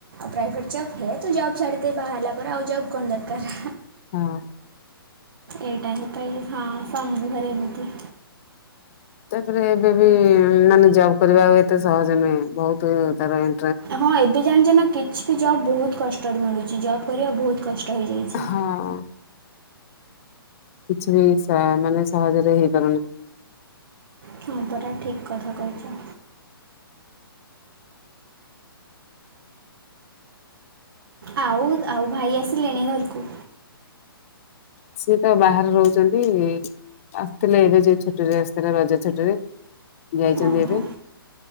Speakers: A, on the right; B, on the left.
A: ପ୍ରାଇଭେଟ ଯପ ହେ ତ ଯାଉ ଖାଡ଼ି <inaudible> ଆଉ ଜବ କଣ ଦରକାର।
B: ହଁ।
A: ଏଇଟାାଇ ତାଇ ହଁ ସଙ୍ଗୁ ଘରେ ମୁତି
B: ତାପରେ ଏବେ ବି ମାନେ ଜବ କରିବା ଆଉ ଏତେ ସହଜ ନୁହେଁ ବହୁତ ତାର ଏ
A: ହଁ ଏବେ ଜାଣିଛ ନା କିଛି ବି ଜବ ବହୁତ କଷ୍ଟରେ ମିଳୁଛି ଜବ୍ କରିବା ବହୁତ କଷ୍ଟ। ରଇଯାଇଛି।
B: ହଁ କିଛି ସା ମାନେ ସହଜରେ ହେଇପାରୁନି
A: ହଁ ପରା ଠିକ କଥା କହିଛ। ଆଉ ଆଉ ଭାଇ ଆସିଲେଣି ଘରକୁ?
B: ସିଏ ତ ବାହାରେ ରହୁଛନ୍ତି ଆସିଥିଲେ ଏବେ ଯୋଉ ଛୁଟିରେ ଆସିଥିଲା ରଜ ଛୁଟିରେ ଯାଇଛନ୍ତି
A: ଓହୋ
B: ଏବେ।